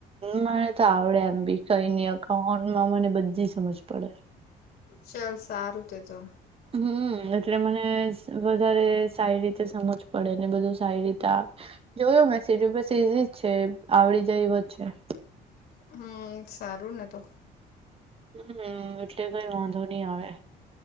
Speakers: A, on the right; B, on the left.
A: મને તો આવડે એમ બી. કઈ નહિ અઉન્ટમાં મને બધી સમજ પડે.
B: ચાલ સારું તે તો.
A: હમ્મ એટલે મને વધારે સારી રીતે સમજ પડે ને બધું સારી રીતે જોયો મેં બધું ઇઝી જ છે આવડી જાય એવ છેે.
B: હમ સારું ને તો.
A: હમ્મ એટલે કઈ વાંધો નહી આવે.